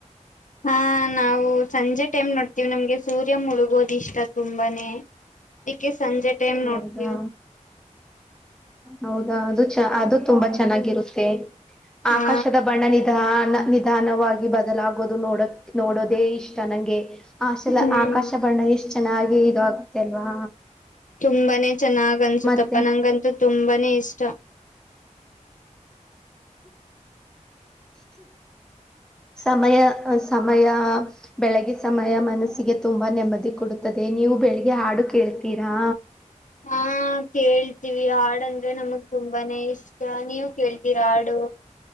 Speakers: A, on the left; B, in the centre.
A: ಹಾ ನಾವು ಸಂಜೆ ಟೈಮ್ ನೋಡ್ತೀವಿ ನಮಗೆ ಸೂರ್ಯ ಮುಳುಗೋದು ಇಷ್ಟತ್ ತುಂಬಾನೇ ಕ್ಕೆೆ ಸಂಜೆ ಟೈಮ್
B: ಹೌದಾ
A: ನೋಡ್ತೀವಿ
B: ಹೌದಾ ಅದು ಚ ಅದು ತುಂಬಾ ಚೆನ್ನಾಗಿರುತ್ತೆ
A: ಹಾ
B: ಆಕಾಶದ ಬಣ್ಣ ನಿಧ ನಿಧಾನವಾಗಿ ಬದಲಾಗೋದು ನೋಡಕ್ ನೋಡೋದೇ ಇಷ್ಟ ನಂಗೆ ಆ ಶಲ
A: ಹ್ಮ್
B: ಆಕಾಶ ಬರಣಣ ಎಷ್ಟು ಚೆನ್ನ ಹಾಗೆ ಇ ಆಗುತ್ತೆ ಅಲ್ವಾ
A: ತುಂಬಾನೇ ಚೆನ್ನಾಗ್ ಅನ್ಸುತ್ತಪ್ಪ
B: ಮತ್ತೆ
A: ನಂಗಂತು ತುಂಬಾನೇ ಇಷ್ಟ
B: ಸಮಯ ಸಮಯ ಬೆಳಗ್ಗೆ ಸಮಯ ಮನಸ್ಸಿಗೆ ತುಂಬಾ ನೆಮ್ಮದಿ ಕೊಡುತ್ತದೆ ನೀವು ಬೆಳಿಗ್ಗೆ ಹಾಡು ಕೇಳ್ತೀರಾ
A: ಹಾ ಕೇಳ್ತೀವಿ ಹಾಡ ಅಂದ್ರೆ ನಮಗ್ ತುಂಬಾನೇ ಇಷ್ಟ ಹೌದ ನೀವ್ ಕೇಳ್ ಇರಾಡು